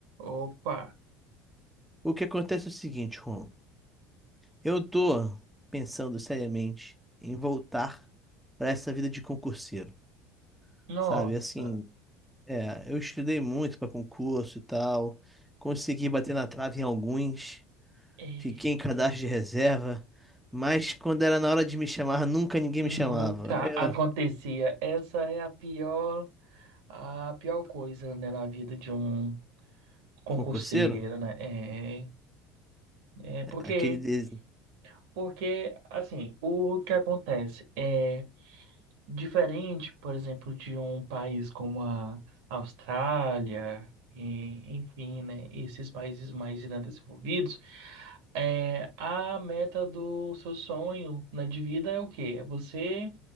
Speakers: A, on the right (about 70°); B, in the centre.
A: Opa,
B: O que acontece é o seguinte, Rômulo. Eu tô pensando seriamente em voltar pra essa vida de concurseiro,
A: nossa,
B: sabe? Assim, é, eu estudei muito pra concurso e tal, consegui bater na trave em alguns.
A: é,
B: Fiquei em cadastro de reserva, mas quando era na hora de me chamar, nunca ninguém
A: nunca
B: me chamava. Eu,
A: acontecia. Essa é a pior, a pior coisa, né, na vida de um concurseiro,
B: concurseiro?
A: né? É, é porque,
B: Aquele de...
A: porque, assim, o que acontece é Diferente, por exemplo, de um país como a Austrália, e, enfim, né, esses países mais né, desenvolvidos, é, a meta do seu sonho, né, de vida é o quê? É você